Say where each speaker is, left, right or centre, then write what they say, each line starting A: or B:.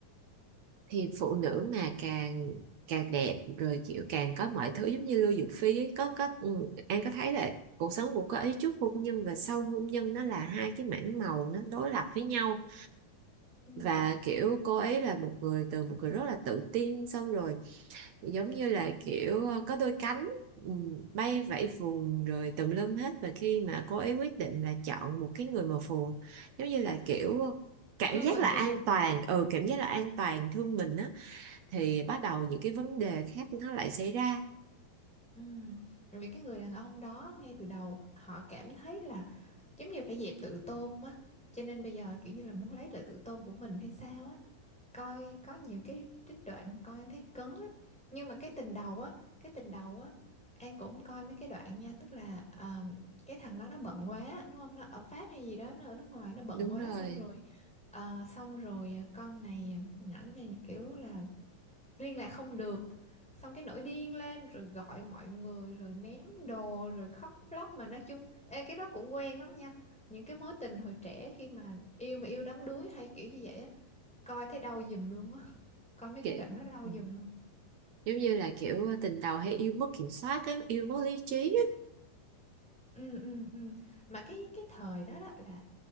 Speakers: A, on the right; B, in the centre.
A: thì phụ nữ mà càng càng đẹp rồi kiểu càng có mọi thứ giống như Lưu Dược Phi ấy, có có ừ, An có thấy là cuộc sống của cô ấy trước hôn nhân và sau hôn nhân nó là hai cái mảng màu nó đối lập với nhau
B: Ừ.
A: và kiểu cô ấy là một người từ một người rất là tự tin xong rồi giống như là kiểu ờ, có đôi cánh ừm, bay vẫy vùng rồi tùm lum hết và khi mà cô ấy quyết định là chọn một cái người màu phù giống như là kiểu cảm
B: Thương
A: giác
B: mình
A: là
B: thương
A: an
B: mình.
A: toàn ừ cảm giác là an toàn thương mình á thì bắt đầu những cái vấn đề khác nó lại xảy ra
B: Ừm, Rồi vì cái người đàn ông đó ngay từ đầu họ cảm thấy là giống như phải dẹp tự tôn á, cho nên bây giờ kiểu như là muốn lấy lại tự tôn của mình hay sao á. coi có nhiều cái trích đoạn mà coi em thấy cứng lắm nhưng mà cái tình đầu á cái tình đầu á An cũng coi mấy cái đoạn nha tức là ờ, cái thằng đó nó bận quá đúng không nó ở Pháp hay gì đó nó ở nước ngoài nó bận
A: đúng
B: quá
A: rồi
B: xong rồi ờ, xong rồi ờ, con này ờ, nhỏ này kiểu là liên lạc không được xong cái nổi điên lên rồi gọi mọi người rồi ném đồ rồi khóc lóc mà nói chung ê, cái đó cũng quen lắm nha những cái mối tình hồi trẻ khi mà yêu mà yêu đắm đuối hay kiểu như vậy á coi thấy đau giùm luôn á coi mấy cái
A: kiểu
B: đoạn nó đâu
A: ừ.
B: dừng luôn
A: giống như là kiểu tình đầu hay yêu mất kiểm soát á yêu mất lý trí
B: ừ ừ ừ mà cái cái thời đó đó là